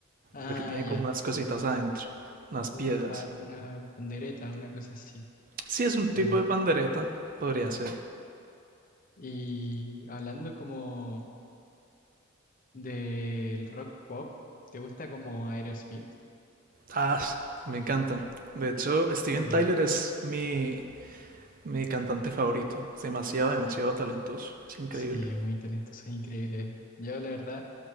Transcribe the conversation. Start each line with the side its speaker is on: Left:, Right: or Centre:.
Left: Ah,
Right: porque tiene
Left: ya,
Right: como unas cositas
Left: sí.
Right: adentro, unas
Left: un
Right: piedras.
Left: pa- una pandereta, una cosa así.
Right: Sí, es un tipo
Left: Bueno,
Right: de pandereta, podría ser.
Left: y hablando como del rock pop, ¿te gusta como Aerosmith?
Right: Ah, me encanta. De hecho, Steven
Left: Sí.
Right: Tyler es mi, mi cantante favorito. Es demasiado, demasiado talentoso. Es increíble.
Left: Sí, es muy talentoso, es increíble él. Yo la verdad,